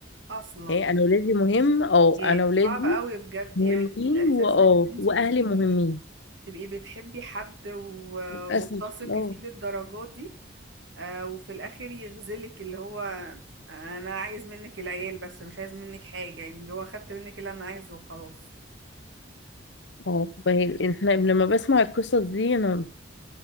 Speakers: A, on the right; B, on the left.
A: أصلا
B: هي انا ولادي مهم اه
A: ياه
B: انا ولادي
A: صعب قوي بجد
B: مهمين
A: يعني الإحساس
B: واه
A: إن أنتي
B: واهلي
A: تبقي
B: مهمين
A: تبقي بتحبي حد و...
B: للاسف
A: وبتثقي
B: اه
A: فيه للدرجات دي آه وفي الآخر يغزلك اللي هو أنا عايز منك العيال بس مش عايز منك حاجة يعني اللي هو خدت منك اللي أنا عايزه وخلاص
B: اه فهي احنا لما بسمع القصص دي انا